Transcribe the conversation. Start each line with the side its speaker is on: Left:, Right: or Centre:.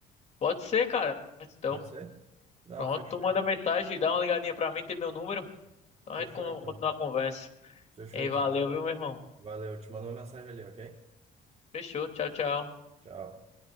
Left: Pode ser, cara. Então,
Right: Pode ser? Não,
Left: pronto,
Right: fechou
Left: tu manda
Right: aí.
Left: mensagem, dá uma ligadinha pra mim, tem meu número. Então
Right: Fechou
Left: a gente con-
Right: então.
Left: continua a conversa.
Right: Fechou
Left: E aí,
Right: então.
Left: valeu, viu, meu irmão?
Right: Valeu, eu te mando uma mensagem ali, ok?
Left: Fechou, tchau, tchau.
Right: Tchau.